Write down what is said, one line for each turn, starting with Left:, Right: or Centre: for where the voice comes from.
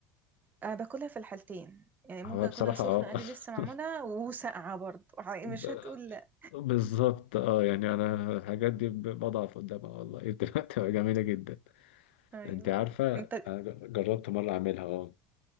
Right: أنا باكلها في الحالتين يعني ممكن
Left: هو
Right: اكلها
Left: بصراحه
Right: سخنة
Left: اه
Right: عادي لسه معمولة
Left: <laughs>
Right: وساقعة برضه <laughs>
Left: ب-
Right: مش هتقول لا
Left: بالظبط اه يعني انا الحاجات دي ب- بضعف قدامها والله <laughs> إيه، بتبقى بتبقى جميله جدا
Right: ايوه
Left: انت عارفه
Right: انت
Left: انا ج- جربت مره اعملها اه